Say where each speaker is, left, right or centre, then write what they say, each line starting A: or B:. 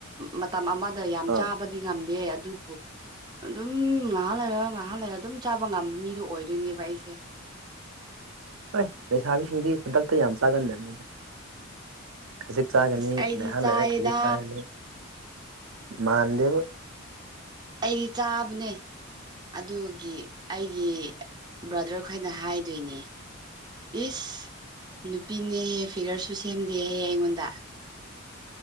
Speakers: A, on the right (about 20°); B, on the right (about 75°).
A: ꯃꯇꯝ ꯑꯃꯗ ꯌꯥꯝ
B: ꯑꯥ
A: ꯆꯥꯕꯗꯤ ꯉꯝꯗꯦ ꯑꯗꯨꯕꯨ ꯑꯗꯨꯝ ꯉꯥꯏꯍꯥ ꯂꯩꯔ ꯉꯥꯏꯍꯥ ꯂꯩꯔ ꯑꯗꯨꯝ ꯆꯥꯕ ꯉꯝꯕ ꯃꯤꯗꯣ ꯑꯣꯏꯗꯣꯏꯅꯦꯕ ꯑꯩꯁꯦ
B: ꯍꯣꯏ ꯂꯩꯁꯥꯕꯤꯁꯤꯡꯗꯤ ꯈꯨꯟꯗꯛꯇ ꯌꯥꯝ ꯆꯥꯒꯟꯗꯕꯅꯤꯅꯖꯤ ꯆꯥꯒꯅꯤ
A: ꯑꯁ ꯑꯩꯗꯤ
B: ꯉꯥꯏꯍꯥꯛ
A: ꯆꯥꯏꯌꯦꯗ
B: ꯂꯩꯔ ꯈꯖꯤꯛ ꯆꯥꯒꯅꯤ ꯃꯥꯟꯗꯦꯕꯨ
A: ꯑꯩ ꯆꯥꯕꯅꯦ ꯑꯗꯨꯒꯤ ꯑꯩꯒꯤ ꯕ꯭ꯔꯗꯔ ꯈꯅ ꯍꯥꯏꯗꯣꯏꯅꯦ ꯏꯁ ꯅꯨꯄꯤꯅꯦ ꯍꯦ ꯐꯤꯒꯔꯁꯨ ꯁꯦꯝꯗꯦ ꯍꯥꯍꯦ ꯑꯩꯉꯣꯟꯗ